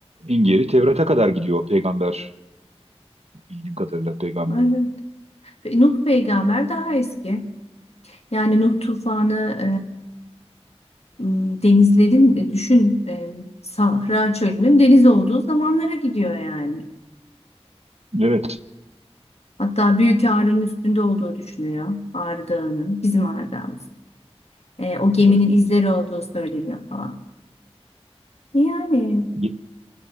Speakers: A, on the right; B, on the left.
A: en geri Tevrat'a kadar gidiyor peygamber bildiğim kadarıyla peygamber.
B: Evet. Pe- Nuh peygamber daha eski. Yani Nuh tufanı e, m, denizlerin e, düşün e, Sahra çölünün deniz olduğu zamanlara gidiyor yani.
A: Evet.
B: Hatta Büyük Ağrı'nın üstünde olduğu düşünüyor. Ağrı Dağı'nın bizim Ağrı Dağımızın. E, o geminin
A: evet.
B: izleri olduğu söyleniyor falan. Yani
A: Ye-